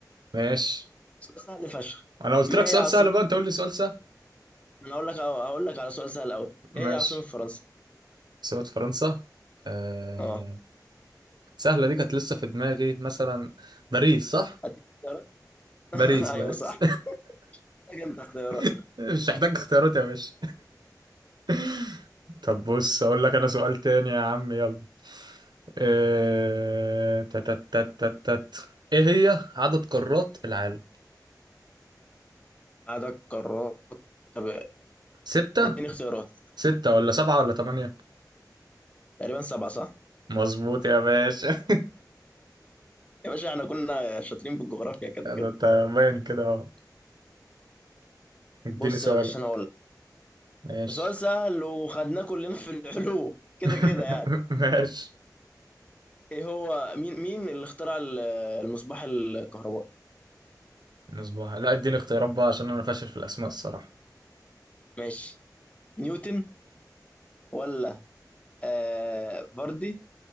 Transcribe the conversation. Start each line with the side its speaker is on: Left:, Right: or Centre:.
Right: ماشي
Left: سؤال سهل فشخ
Right: انا قلت
Left: ما
Right: لك سؤال
Left: هي عاصمه
Right: سهل بقى انت قول لي سؤال سهل
Left: <laughs> انا هقول لك هقول لك على سؤال سهل قوي ايه
Right: ماشي
Left: هي عاصمه فرنسا
Right: سؤال فرنسا آه...
Left: اه
Right: سهلة دي كانت لسه في دماغي مثلا باريس صح؟
Left: اديك اختيارات <laughs>
Right: باريس
Left: ايوه
Right: باريس
Left: صح محتاج انت اختيارات
Right: <laughs> مش محتاج اختيارات يا باشا <laughs> طب بص اقول لك انا سؤال تاني يا عم يلا إيه... تت تت تت تت. ايه هي عدد قارات العالم
Left: عدد قارات طب
Right: ستة
Left: اديني اختيارات
Right: ستة ولا سبعة ولا تمانية
Left: تقريبا سبعه صح
Right: مظبوط يا باشا <laughs>
Left: يا باشا احنا كنا شاطرين في الجغرافيا كده
Right: انا
Left: كده
Right: أنت باين كده اهو اديني
Left: بص
Right: سؤال
Left: يا باشا انا اقول لك
Right: ماشي
Left: سؤال سهل وخدناه كلنا في العلوم كده
Right: <laughs>
Left: كده يعني
Right: ماشي
Left: ايه هو مين مين اللي اخترع ال- المصباح الكهربائي
Right: مصباح لا اديني اختيارات بقى عشان انا فاشل في الاسماء الصراحة
Left: ماشي نيوتن ولا آه فاردي